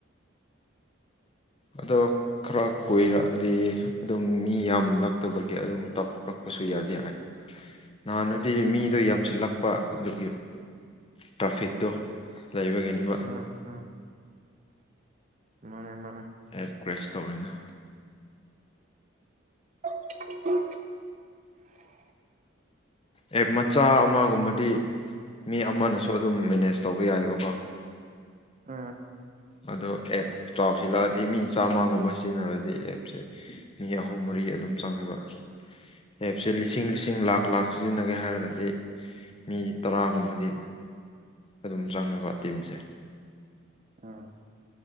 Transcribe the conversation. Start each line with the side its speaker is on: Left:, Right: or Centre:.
Left: ꯑꯗꯣ ꯈꯔ ꯀꯨꯏꯔꯛꯑꯗꯤ ꯑꯗꯨꯝ ꯃꯤ ꯌꯥꯝꯂꯛꯇꯕꯒꯤ ꯑꯗꯨꯝ ꯇꯞꯂꯛꯄꯁꯨ ꯌꯥꯗꯦ ꯍꯥꯏꯔ ꯅꯍꯥꯟ ꯃꯤꯗꯣ
Right: ꯎꯝ
Left: ꯌꯥꯝꯁꯤꯜꯂꯛꯄ ꯑꯗꯨꯒꯤ ꯇ꯭ꯔꯥꯐꯤꯛꯇꯣ ꯂꯩꯕꯒꯤꯅꯤꯕ
Right: ꯎꯝ ꯎꯝ ꯃꯥꯅꯦ ꯃꯥꯅꯦ
Left: ꯑꯦꯞ ꯀ꯭ꯔꯦꯁ ꯇꯧꯔꯤꯅ
Right: <unintelligible>
Left: ꯑꯦ ꯃꯆꯥ ꯑꯃꯒꯨꯝꯕꯗꯤ ꯃꯤ ꯑꯃꯅꯁꯨ ꯑꯗꯨꯝ ꯃꯦꯅꯦꯖ ꯇꯧꯕ ꯌꯥꯏꯑꯕꯀꯣ
Right: ꯑꯥ
Left: ꯑꯗꯣ ꯑꯦꯞ ꯆꯥꯎꯁꯤꯜꯂꯛꯑꯗꯤ ꯃꯤ ꯆꯥꯝꯃꯒꯨꯝꯕ ꯁꯤꯖꯤꯟꯅꯔꯗꯤ ꯑꯦꯞꯁꯦ ꯃꯤ ꯑꯍꯨꯝ ꯃꯔꯤ ꯑꯗꯨꯝ ꯆꯪꯉꯦꯕ ꯂꯦꯞꯁꯦ ꯂꯤꯁꯤꯡ ꯂꯤꯁꯤꯡ ꯂꯥꯛ ꯂꯥꯛ ꯁꯤꯖꯤꯟꯅꯒꯦ ꯍꯥꯏꯔꯒꯗꯤ ꯃꯤ ꯇꯔꯥꯒꯨꯝꯕꯗꯤ ꯑꯗꯨꯝ ꯆꯪꯉꯦꯕ ꯇꯤꯝꯁꯦ
Right: ꯎꯝ